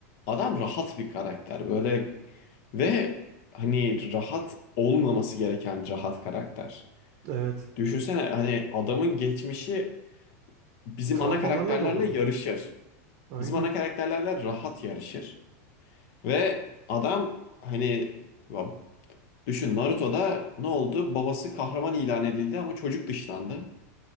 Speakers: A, on the left (about 55°); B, on the right (about 45°).
A: Adam rahat bir karakter böyle ve hani rahat olmaması gereken bir rahat karakter.
B: Evet.
A: Düşünsene hani adamın geçmişi bizim
B: Travmalarla
A: ana karakterlerle
B: dolu.
A: yarışır.
B: Aynen.
A: Bizim ana karakterlerle rahat yarışır. Ve adam hani ya düşün Naruto'da ne oldu? Babası kahraman ilan edildi ama çocuk dışlandı.